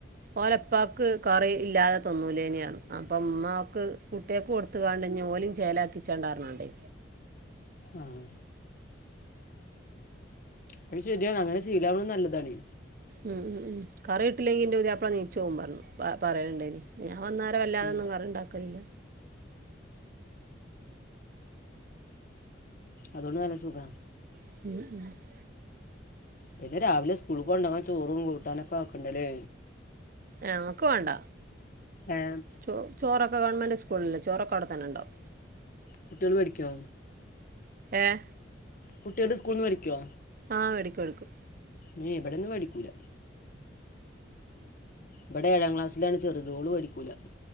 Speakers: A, on the right; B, on the left.
A: ഓലെപ്പാക്ക് കറി ഇല്ലാതെ തിന്നൂലേനി അപ്പം ഇമ്മാക്ക് കുട്ട്യാക്കൊട് ത്തികാണ്ടിഞ്ഞോലിം ചേലാക്കിച്ചണ്ടാ അർഞാണ്ടേ
B: ആഹ് ത് ശര്യാണ് അങ്ങനെ ശീലാവ്ണൊ നല്ലതാണെ
A: ഉം ഉം ഉം കറിട്ടില്ലെങ്കി ഇന്റെ പുതിയപ്ളാ നീച്ചോവും പർഞ്ഞ് പ പറയ്ലിണ്ടായ്നി ഞാൻ വന്നാരെ വല്ലാതൊന്നും
B: ഉം
A: കറിണ്ടാക്കല്ല
B: അതോണ്ട് നല്ല സുഖ
A: <unintelligible>
B: പിന്നെ രാവിലെ സ്കൂൾക്കൊണ്ടൊവാൻ ചോറും കൂട്ടാനൊക്കാക്കണ്ടെ ലേ
A: ഞങ്ങക്ക് വാണ്ട
B: ഏഹ്
A: ചോ ചോറൊക്കെ ഗവൺമെന്റ് സ്കൂൾല്ലേ ചോറൊക്കെ അവ്ടെതന്നെണ്ടവും
B: കുട്ട്യാൾ പഠിക്കോ
A: ഏഹ്
B: കുട്ട്യോട് സ്കൂൾന്ന് വടിക്കോ
A: ആഹ് എടുക്കും എടുക്കും
B: മേ എബടെന്നും വേടിക്കൂല ഇബടെ ഏഴാം ക്ലാസ്ലാണ് ചെറ്ത് ഓള് വേടിക്കൂല